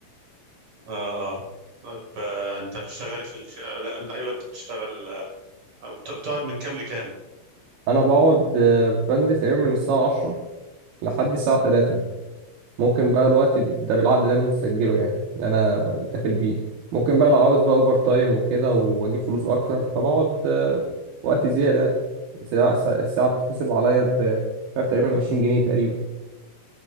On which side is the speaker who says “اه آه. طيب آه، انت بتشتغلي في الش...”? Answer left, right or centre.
Right